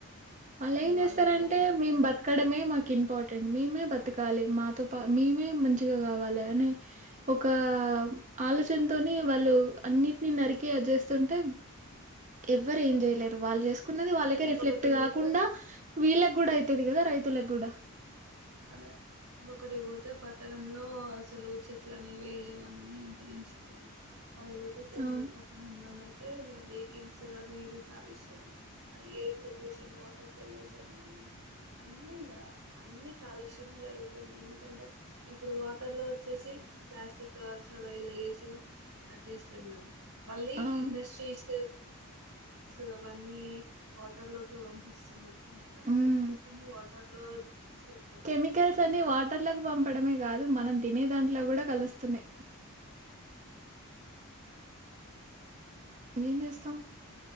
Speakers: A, on the right; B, on the right.
A: వాళ్ళు ఏం
B: వాళ్ళకి
A: చేస్తారంటే
B: తెలుసు
A: మేము బతకడమే మా కు ఇంపార్టెంట్ మేమే బతకాలి మాతో పా మేమే మంచిగా కావాలి అనే ఒక ఆ ఆలోచనతోని వాళ్ళు అన్నిటిని నరికి అ చేస్తుంటే ఎవ్వరు ఏం చేయలేరు వాళ్ళు చేసుకున్నది వాళ్ళకే
B: ఇంకొకటి
A: రిఫ్లెక్ట్ కాకుండా
B: పోతే
A: వీళ్ళకి కూడా అవుతది కదా రైతులకు కూడా
B: అదే ఇంకొకటి పోతే పట్టణంలో అసలు చెట్లనే వేయలేవన్నీ అంతరించిపోయినాయి మళ్ళీ పోతే
A: అవును
B: పట్టణం లోన అయితే ఇక వెహికల్స్ అది ఇది కాలుష్యం ఆ ఎయిర్ పొల్యూషన్ వాటర్ పొల్యూషన్ అని అన్ని ఇక అన్ని చలుషమే జరుగుతున్నాయి ఎందుకంటే ఇప్పుడు వాటర్ లో వచ్చేసి ప్లాస్టిక్ కవర్స్ అలాలా అ చేస్తున్నారు మళ్ళీ
A: అవును
B: ఇండస్ట్రీస్ ల్ అ వాట పంపిస్తు మమల్స్
A: ఉమ్
B: అ లో చేరుతున్నాయి
A: కెమికల్స్ అని వా అతర్లకు పంపడమే కాదు మనం తినే దాంట్లో కూడా కలుస్తున్నాయి ఏం చేస్తాం